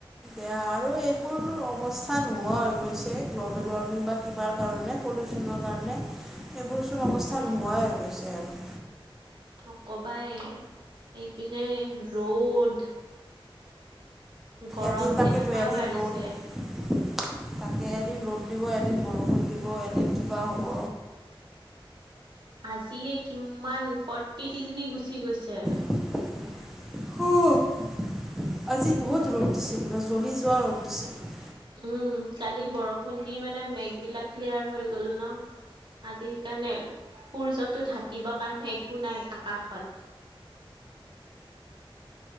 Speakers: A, in the centre; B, on the right.
A: এইয়া আৰু এইবোৰ অৱস্থা নোহোৱা হৈ গৈছে। গ্ল'বেল ৱাৰ্মিং বাট কিবা কাৰণে, পলিউচনৰ কাৰণে এইবোৰচোন অৱস্থা
B: এ
A: নোহোৱাই গৈছে আৰু।
B: অঁ কবাই এইপিনে ৰ'দ। গৰম
A: এদিন তাকেতো
B: কেনেকুৱা
A: এদিন
B: বাঢ়িছে
A: ৰ'দ তাকে এদিন ৰ'দ দিব এদিন বৰষুণ দিব এদিন কিবা হ'ব
B: আজিয়ে কিমান ফ্ৰৰ্টি ডিগ্ৰী গুচি গৈছে
A: উহ আজি বহুত ৰদ দিছে কিবা জ্ব জ্বলি যোৱা ৰ'দ দিছোঁ
B: উম কালি বৰষুণ দি মানে মেঘ বিলাক ক্লিয়াৰ হৈ গ'ল ন আজি সেইকাৰণে সূৰ্যটো ঢাকিবৰ কাৰণে একো নাই আকাশত